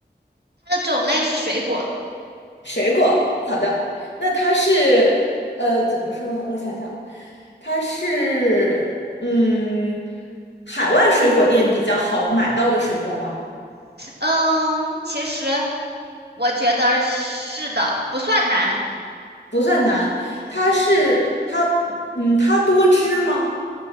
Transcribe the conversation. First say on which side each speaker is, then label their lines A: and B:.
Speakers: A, on the right; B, on the left.
A: 它的种类是水果。
B: 水果。
A: 嗯，
B: 好的，那它是呃，怎么说呢？我想想，它是嗯，海外水果店比较好买到的水果吗？
A: 嗯，其实我觉得是的，不算难，
B: 不算难，
A: 嗯
B: 它是它，嗯，它多汁吗？